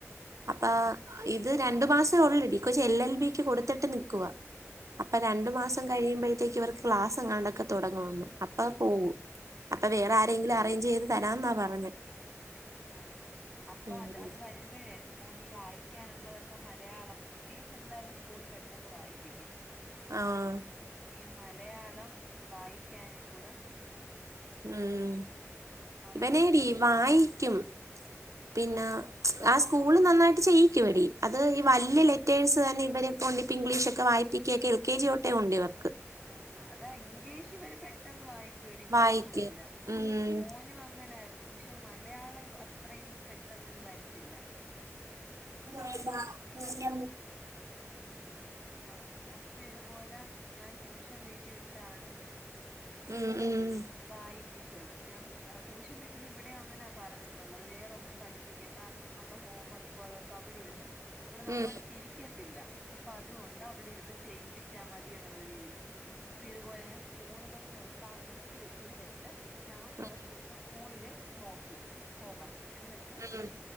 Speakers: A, on the left; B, on the right.
A: ആഹ്
B: അപ്പ ഇത് രണ്ടു മാസെ ഒള്ളടി ഈ കൊച്ച് എൽ എൽ ബിക്ക് കൊടുത്തിട്ട് നിക്കുവാ അപ്പ രണ്ടു
A: ആഹ്
B: മാസം കഴിയുമ്പഴ്ത്തേക്ക് ഇവർക്ക് ക്ലാസ് എങ്ങാണ്ടൊക്കെ തൊടങ്ങുമെന്ന് അപ്പ പോവും അപ്പ വേറെ
A: ആഹ് ആഹ്
B: ആരെയെങ്കിലും അറേഞ്ച് ചെയ്ത് തരാന്നാ പറഞ്ഞെ
A: ആഹ് ആഹ് അപ്പ
B: ഉം
A: അത് അത് വ വരുമ്പഴേ മോനി വായിക്കാനുള്ളതൊക്കെ മലയാളം ഇംഗ്ലീഷ് എന്തായാലും സ്കൂളിൽ പെട്ടെന്ന് വായിപ്പിക്കും
B: ആഹ്
A: ഈ മലയാളം വായിക്കാനും കൂടെ
B: ഉം
A: അവരോടൊന്ന്
B: ഇവനേടി വായിക്കും പിന്നെ ആ സ്കൂള് നന്നായിട്ട് ചെയ്യിക്കും എടി അത് ഈ വല്യ
A: ഉം
B: ലെറ്റേഴ്സ് തന്നെ ഇവരെ കൊണ്ട് ഇപ്പ ഇംഗ്ലീഷൊക്കെ വായിപ്പിക്കുവൊക്കെ എൽ കെ ജി തൊട്ടെ ഒണ്ട് ഇവർ
A: ആഹ് അതാ ഇംഗ്ലീഷ് ഇവര് പെട്ടെന്ന് വായിക്കുവെടി കൊഴപ്പയില്ല
B: വായിക്കും ഉം
A: മോന് നു അങ്ങനായിരുന്നു പക്ഷെ മലയാളം ഇവ അത്രയും പെട്ടെന്ന് ഇത് വരത്തില്ല
B: മ ബ മ മു
A: ആഹ് അപ്പൊ ഇതുപോലെ ഞാൻ ട്യൂഷൻ വീട്ടി വിട്ടാണ്
B: ഉം ഉം
A: വായിപ്പിച്ചത് ഞാൻ ട്യൂഷൻ വീട്ടിലും ഇവിടെയും അങ്ങനാ പറഞ്ഞിട്ടുള്ളത് വേറൊന്നും പഠി പ്പിക്കണ്ട അന്നന്നുള്ള ഹോം വർക്കും അതൊക്കെ അവിടെ ഇരുന്ന് ഇവിടെ നമ്മളടത്ത്
B: ഉം
A: ഇരിക്കത്തില്ല അപ് അപ്പൊ അതുകൊണ്ട് അവിടെ ഇരുന്ന് ചെയ്യിപ്പിച്ചാ മതി എന്നുള്ള രീതീല് അപ്പൊ ഇതുപോലെ ഞാൻ സ്കൂളിലെത് നിർത്താം നിർ വെപ്പിച്ചിട്ട് ഞാൻ കൊറച്ചൂസം
B: ഉം
A: സ്കൂളില് നോക്കി ഹോം വർക്ക് എന്നിട്ട്
B: ഉം